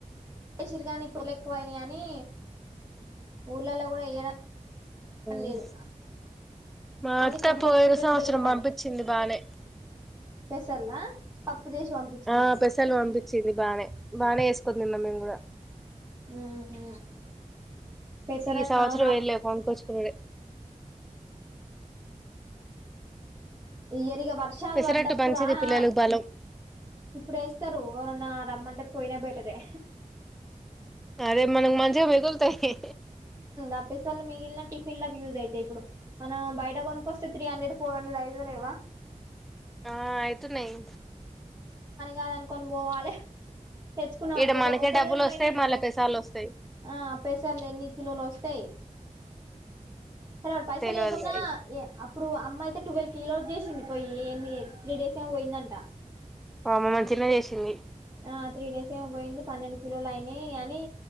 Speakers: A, on the right; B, in the centre.
A: ఇచ్చిరుగానిప్పుడు ఎక్కువైనా అని ఊర్లల్ల కూడా ఏయడ లేదు
B: ఆ మా
A: ఓన్లీ
B: అత్త
A: కొనుక్కొచ్చుకుంటేనే
B: పోయినా సంవత్సరం
A: దొరుకుతాన్నాయి
B: పంపించింది బానే
A: పెసర్లా పప్పు చేసి పంపించింది
B: ఆ
A: ఆమె
B: పెసలు పంపి చ్చింది బానే బానే ఎసుకోని తిన్నం మేము కూడా
A: ఉ హ పెసరట్లు
B: ఈ సంవత్సరం
A: అవును అప్
B: ఏం లే కొనుక్కొచ్చుకునుడే
A: ఈ ఇయర్ ఇగ వర్షాలు
B: పెసరట్టు
A: పడ్డప్పుడు
B: మంచిది
A: ఆ
B: పిల్లలకు
A: ఆ
B: బలం
A: ఇప్పుడు ఎస్తారు ఓర న్న రమ్మంటే పోయినా బెటరే
B: అదే మనకు మంచిగా మిగులుతయి
A: అప్పేసలు మిగిలిన టిఫిన్ యజ్ అయితాయి ఇప్పుడు మనం బయట కొనుకోస్తే త్రీ హండ్రెడ్ ఫోర్ హండ్రెడ్ అయిత లేవా
B: ఆ అయితున్నయి
A: గాదనుకొనిపోవలే తెచ్చుకున్నాం
B: ఈడ
A: అనుకో
B: మనకే
A: ఒక
B: డబ్బులు
A: రోజు పోయిన
B: వస్తాయి
A: అనుకో
B: మళ్ళా పెసాలు వస్తాయి
A: ఆ పేసర్లు ఎన్ని స్తాయి సరే అ పైసల్
B: తెలవదులే
A: ఇయ్యకున్నా
B: అయి
A: అప్పుడు అమ్మాయితే ట్వెల్వ్ కోలో చేసింది పోయి ఏమి త్రీ డేస్ ఏమో పోయిందంట
B: అమ్మో మంచినే చేసింది
A: ఆ త్రీ డేస్ ఏమో పోయింది పన్నెండు కిలోలు అయినాయి అని